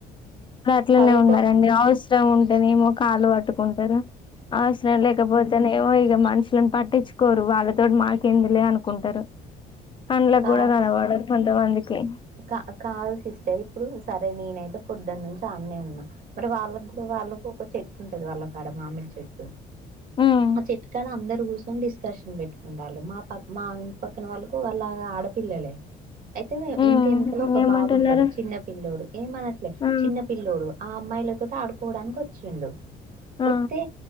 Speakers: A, on the left; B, on the right.
A: అట్లనే
B: చదువుకో
A: ఉన్నారండి అవసరం ఉంటేనే ఏమో కాలు పట్టుకుంటారు అవసరం లేకపొతేనెమో ఇంకా మనుషులను పట్టించుకోరు వాళ్ళతోటి మానకేందిలే అనుకుంటారు కండ్లకు
B: కాదు
A: కూడా కనబడరు
B: సిస్టర్
A: కొంతమందికి
B: కా కాదు సిస్టర్ ఇప్పుడు సరే నిను అయిన పొద్దనుంచి అన్నే ఉన్నా మరి వాళ్ళగ్గు వాళ్ళకు ఒక చెట్టు ఉంటది వాళ్ళక్ కడ మామిడి చెట్టు
A: ఉమ్
B: ఆ చెట్కాడ అందరు కూసొని డిస్కషన్ పెట్టుకుంటాళ్ళు మా ప మా ఇంటి పక్కన వాళ్ళకు వాళ్ళ ఆడపిల్లలే అయితే
A: హ్మ్
B: ఇంటి వెనకలోక
A: ఏమంటున్నారు
B: బాబుంటాడు చిన్న పిల్ల్లోడు ఏమనట్లే
A: ఆ
B: చిన్న పిల్ల్లోడు ఆ అమ్మాయిల తోటి ఆడుకోవడానికి వచ్చిండు
A: ఆ
B: వతే